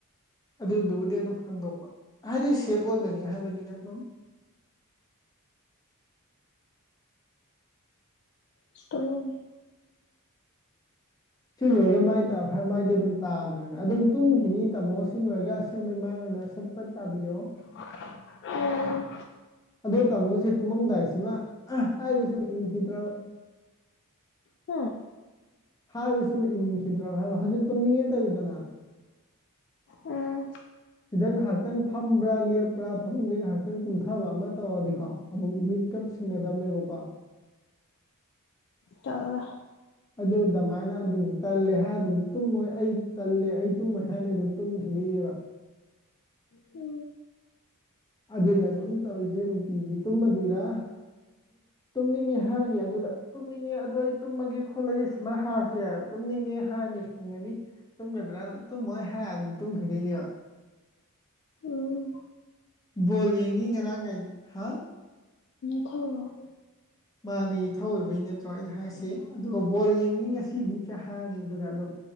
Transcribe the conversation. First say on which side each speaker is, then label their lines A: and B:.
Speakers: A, on the left; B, on the left.
A: ꯑꯗꯨꯗꯨꯕꯨꯗꯤ ꯑꯗꯨꯝ ꯐꯪꯗꯣꯛꯄ ꯍꯥꯏꯗꯤ ꯁꯦꯞ ꯑꯣꯏꯕꯅꯤ ꯍꯥꯏꯕꯅꯤꯗ ꯑꯗꯨꯝ
B: ꯏꯁ ꯇꯨꯝꯅꯤꯡꯉꯤ
A: ꯁꯤ ꯂꯣꯏꯔꯒ ꯃꯥꯏ ꯇꯥꯎ ꯍꯥꯢꯔꯒ ꯃꯥꯏꯗꯤ ꯑꯗꯨꯝ ꯇꯥꯗ꯭ꯔꯦꯅ ꯑꯗꯨꯝ ꯇꯨꯝꯈꯤꯅꯤ ꯇꯥꯝꯃꯣ ꯁꯤ ꯂꯣꯏꯔꯒ ꯑꯁꯦꯡꯕ ꯃꯥꯏ ꯑꯣꯏꯅ ꯁꯠ ꯄꯠ ꯇꯥꯕꯤꯌꯣ
B: ꯎꯝ
A: ꯑꯗꯨ ꯇꯥꯃꯣꯁꯦ ꯇꯨꯝꯃꯝꯗꯥꯏꯁꯤꯃ ꯍꯥꯏꯕꯁꯤꯃ ꯏꯟꯈꯤꯗ꯭ꯔꯕ
B: ꯍꯝ
A: ꯍꯥꯏꯕꯁꯤꯃ ꯏꯟꯈꯤꯗ꯭ꯔꯕ ꯍꯥꯏꯕ ꯍꯧꯖꯤꯛ ꯇꯨꯝꯅꯤꯡꯉꯦ ꯇꯧꯕꯤꯗꯅ
B: ꯎꯝ
A: ꯁꯤꯗ ꯉꯥꯏꯍꯥꯛꯇꯪ ꯐꯝꯕ꯭ꯔꯥ ꯂꯦꯞꯄ꯭ꯔꯥ ꯐꯝꯝꯕꯗꯩ ꯉꯥꯏꯍꯥꯛꯇꯪ ꯀꯨꯝꯊꯕ ꯑꯃ ꯇꯧꯔꯗꯤꯀꯣ ꯑꯃꯨꯛ ꯃꯤꯠ ꯀꯞ ꯁꯤꯡꯒꯗꯕꯅꯦꯕꯀꯣ
B: ꯇꯠ
A: ꯑꯗꯨ ꯑꯗꯨꯃꯥꯏꯅ ꯑꯗꯨꯝ ꯇꯜꯂꯦ ꯍꯥꯏꯔ ꯑꯗꯨꯝ ꯇꯨꯝꯃꯣꯏ ꯑꯩ ꯇꯜꯂꯦ ꯑꯩ ꯇꯨꯝꯃꯣꯏ ꯍꯥꯏꯔꯅꯤ ꯑꯗꯨꯝ ꯇꯨꯝꯈꯤꯗꯣꯏꯅꯦꯕ
B: ꯍ
A: ꯑꯗꯨꯅꯦ ꯑꯗꯨꯝ ꯇꯧꯔꯤꯁꯦ ꯅꯨꯡꯇꯤꯒꯤ ꯇꯨꯝꯃꯗꯣꯏꯔꯥ ꯇꯨꯝꯅꯤꯡꯉꯤ ꯍꯥꯏꯔꯅꯤ ꯑꯗꯨꯗ ꯇꯨꯝꯅꯤꯡꯉꯦ ꯑꯗꯣ ꯑꯩ ꯇꯨꯝꯃꯒꯦ ꯈꯣꯠꯂꯒꯦ ꯁꯨꯃꯥꯏ ꯍꯥꯁꯦ ꯇꯨꯝꯅꯤꯡꯉꯦ ꯍꯥꯔꯅꯤ ꯍꯪꯒꯅꯤ ꯇꯨꯝꯒꯗ꯭ꯔꯥꯅ ꯇꯨꯝꯃꯣꯏ ꯍꯥꯏ ꯑꯗꯨꯝ ꯇꯨꯝꯈꯤꯗꯣꯏꯅꯦꯕ
B: ꯎꯝ
A: ꯕꯣꯜ ꯌꯦꯡꯅꯤꯡ ꯉꯔꯥꯡ ꯀꯥꯏꯗ ꯍꯥ
B: ꯊꯧ
A: ꯃꯥꯅꯤ ꯏ ꯊꯧꯑꯣꯕꯩ ꯅꯠꯇ꯭ꯔꯣ ꯑꯅ ꯍꯥꯏꯁꯤ ꯑꯣ ꯕꯣꯜ ꯌꯦꯡꯅꯤꯡꯉꯁꯤ ꯁꯤꯗꯤ ꯀ ꯍꯅꯤ ꯑꯗꯨꯒ ꯑꯗꯨꯝ